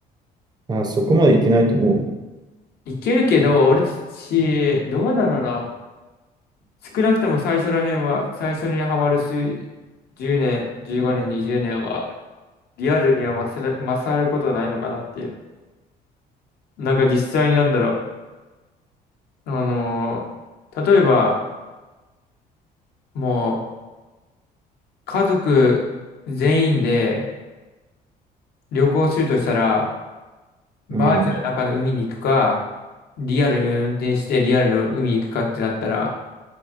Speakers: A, on the right; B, on the left.
A: あ、そこまでいけないと思
B: いけるけど、俺たち、どうだろうな。少なくとも最初ら辺は、最初にハマる数、10年、15年、20年は、リアルには勝る、勝ることはないのかなっていう。なんか実際になんだろう。あのー例えば、もう、家族全員で旅行するとしたら、バーチャルの中の海に行くか、
A: う。うん。
B: リアル運転してリアルの海に行くかってなったら、